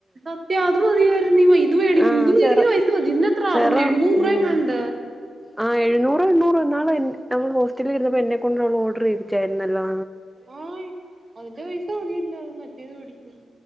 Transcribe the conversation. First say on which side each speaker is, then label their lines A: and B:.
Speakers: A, on the right; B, in the centre.
A: സത്യം അത് മതിയായിരുന്നു ഈ വൈ ഇത് മേടിക്ക്
B: ആഹ്
A: ഇത് മേടിക്കുന്ന
B: സെറം
A: പൈസ മതി ഇതിന് എത്ര
B: സെറം
A: അറു എഴുന്നൂറ് രൂപ
B: ഉം
A: എങ്ങാണ്ട
B: ആഹ് എഴുന്നൂറ് എണ്ണൂറോ ഇന്നാള് എൻ ഞങ്ങള് ഹോസ്റ്റലിൽ ഇരുന്നപ്പോൾ എന്നെ കൊണ്ട് അവള് ഓർഡർ ചെയ്പ്പിച്ചാരുന്നല്ലോ
A: ആഅതിന്റെ പൈസ മതിയല്ല മറ്റേത് മേടിക്കാൻ